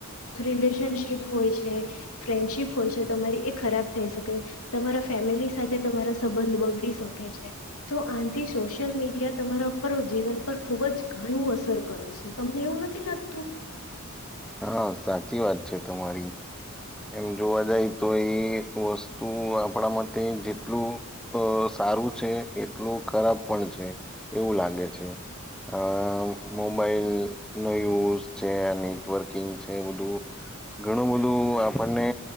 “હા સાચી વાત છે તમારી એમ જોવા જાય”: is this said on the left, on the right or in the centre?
Centre